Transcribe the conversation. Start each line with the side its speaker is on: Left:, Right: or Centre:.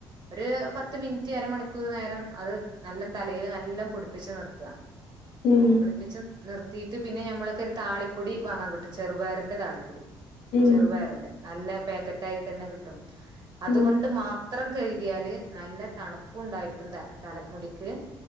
Right: ഒരു പത്ത് മിനിറ്റ് അര മണിക്കൂർ നേരം അത് നല്ല തലൽ നല്ല പുടിപ്പിച്ച് നിർത്ത
Left: ഉം
Right: പിടിപ്പിച്ച് നിർത്തിയിട്ട് പിന്നെ ഞമ്മളൊക്കെ ഒരു താളിപ്പൊടി വാങ്ങൻ കിട്ടും ചെറുപയറിന്റെ താളിപ്പൊടി
Left: ഉം
Right: ചെറുപയറിന്റെ നല്ല പാക്കറ്റ് ആയിട്ട്ന്നെ കിട്ടും അതുകൊണ്ട്
Left: ഉം
Right: മാത്ര ത്രം കഴുകിയാല് നല്ല തണുപ്പും ഉണ്ടായിരിക്കും ത തല മുടിക്ക്